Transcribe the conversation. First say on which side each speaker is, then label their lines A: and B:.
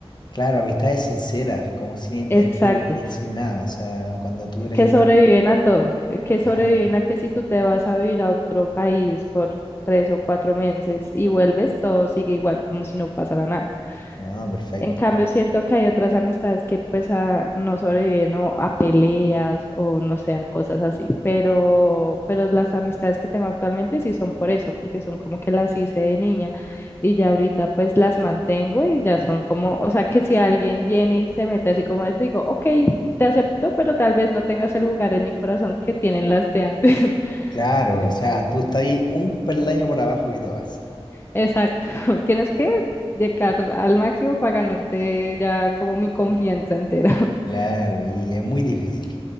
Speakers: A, on the left; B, on the left.
A: Claro, amistades sinceras, como sin interés,
B: Exacto,
A: sin nada. O sea, cuando tú eres
B: que sobreviven
A: un...
B: a todo, eh, que
A: Claro,
B: sobreviven a que si tú te vas a vivir a otro país por tres o cuatro meses y vuelves, todo sigue igual, como si no pasara nada.
A: no, perfecto.
B: En cambio, siento que hay otras amistades que pues a- no sobreviven o a peleas o no sé, a cosas así, pero, pero las amistades que tengo actualmente sí son por eso, porque son como que las hice de niña y ya ahorita pues las mantengo y ya son como, o sea que si alguien viene y se mete así como esto, digo, ok, te acepto, pero tal vez no tengas el lugar en mi corazón que tienen las de antes.
A: Claro,
B: <laughs> Entonces,
A: o sea, tú estás ahí un peldaño por abajo que tú vas.
B: exacto, <laughs> tienes que llegar al máximo para ganarte ya como mi confianza entera. <laughs>
A: Claro, y es muy difícil.